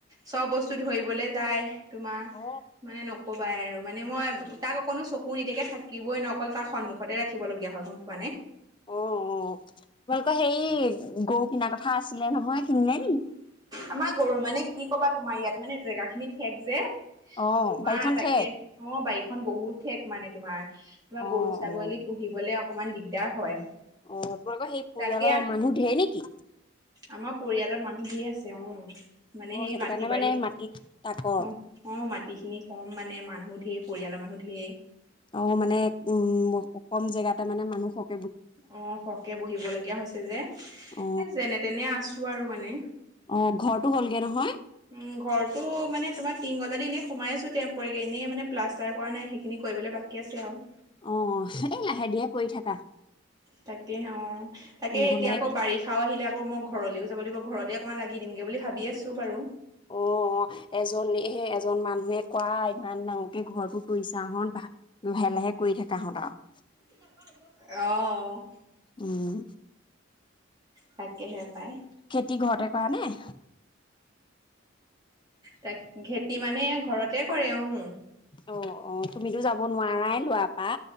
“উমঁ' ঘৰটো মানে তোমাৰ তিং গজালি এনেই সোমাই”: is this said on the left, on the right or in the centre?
Right